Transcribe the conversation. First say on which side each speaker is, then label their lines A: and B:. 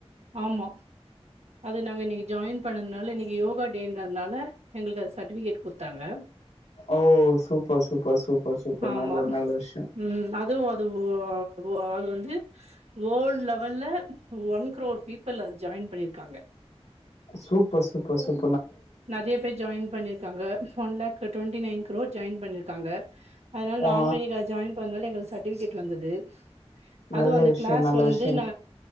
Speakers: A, on the right; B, on the left.
A: ஆமா அது நாங்க இன்னைக்கு ஜாயின் பண்ணதுனால இன்னக் கி யோகா டேன்றதுனால எங்களுக்கு அது சர்டிஃபிகேட் குத்தாங்க
B: ஓ சூப்பர் சூப்பர் சூப்பர் சூப்பர்
A: ஆமா
B: நல்ல நல்ல விஷயோ
A: ம் அதுவு அதுவு அது வந்து வேல்ட் லெவல்ல ஒன் க்ரோர் பீப்பிள் அதில் ஜாயின் பண்ணிருக்காங்க
B: சூப்பர் சூப்பர் சூப்
A: நறைய பேர் ஜாயின் பண்ணிருக்காங்க one lakh twenty nine crore join பண்ணிருக்காங்க அதுனால்
B: ஆ
A: நாங்களு இதுல ஜாயின் பண்ணதுனால எங்களுக் சர்ட்டிஃபிகேட் வந்தது
B: நல்ல
A: அதுவு அந்த
B: விஷயோ
A: க்ளாஸ்
B: நல்ல
A: வந்து
B: விஷயோ
A: ந